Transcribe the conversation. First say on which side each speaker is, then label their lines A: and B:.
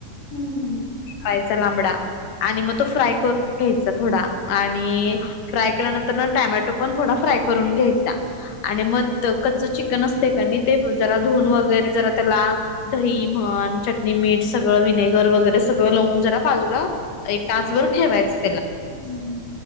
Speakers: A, on the left (about 25°); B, on the left (about 75°).
A: हम्म. हम्.
B: -पायचा लांबडा. आणि मग तो फ्राय करून- घ्यायचा थोडा. आणि फ्राय केल्यानंतर न टॅमॅटो पण थोडा फ्राय करून घ्यायचा. आणि मग कच्च चिकन असतय का नाही? ते जरा धुून वगैरे जरा त्याला- दही म्हण. चटणी, मीठ सगळं विनेगर वगैरे- सगळं लावून जरा बाजूला एक तासभर ठेवायच.
A: हम्म,